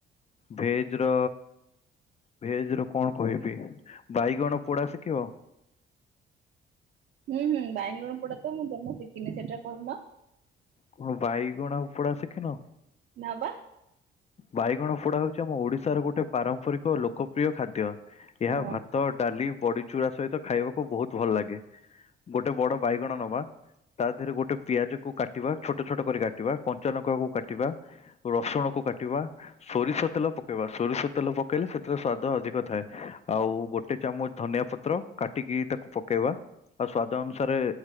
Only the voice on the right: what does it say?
ହୁଁ ହୁଁ ବାଇଗଣ ପୋଡା ତ ମୁଁ ଜମା ଶିଖିନି ସେଟା କହିଲ।
ନା ପା।
ହୁଁ